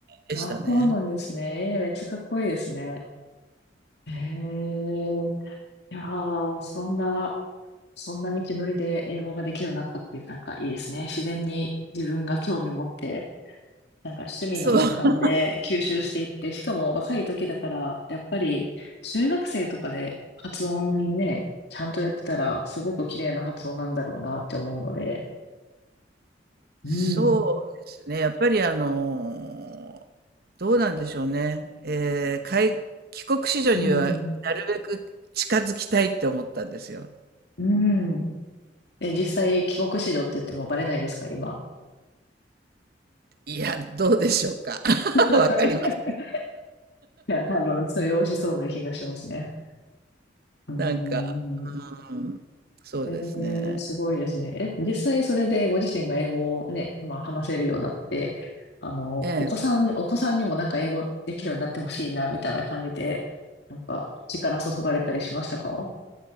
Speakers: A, on the right (about 55°); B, on the left (about 60°).
A: でしたね。
B: あ、そうなんですね。えーめっちゃかっこいいですね。ええいやー、そんな、そんな道のりで英語ができるようになったっていう、なんかいいですね。自然に自分が興味持ってなんか趣味の一環で吸収していって、
A: そう。
B: しかも若い時だから、やっぱり中学生とかで発音ね、ちゃんとやってたら、すごく綺麗な発音なんだろうなって思うので、うん、
A: そうですね。やっぱりあの、どうなんでしょうね。えー、海帰国子女にはなるべく近づきたいって思ったんですよ。
B: うん、うん。え、実際、帰国子女って言ってもバレないですか、今。
A: いや、どうでしょうか。<laughs>
B: <laughs>
A: わかります。
B: いや、多分通用しそうな気がしますね。うー
A: なんか、
B: ん。
A: うん、そうですね。
B: えー、すごいですね。え、実際それでご自身が英語をね、まあ話せるようになって、あの、
A: ええ
B: お子さん、お子さんにもなんか英語できるようになってほしいな、みたいな感じで、なんか力注がれたりしましたか